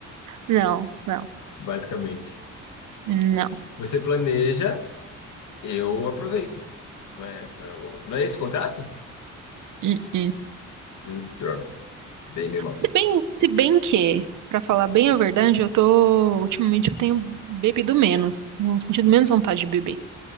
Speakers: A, on the right (about 80°); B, on the left (about 80°).
A: Não, não,
B: basicamente.
A: não.
B: Você planeja, eu aproveito. Não é essa, o- não é esse o contrato?
A: hum, hum.
B: Hum, droga, bem meu mal.
A: Se bem, se bem que, pra falar bem
B: Hum.
A: a verdade, eu tô. Ultimamente eu tenho bebido menos, tenho sentido menos vontade de beber.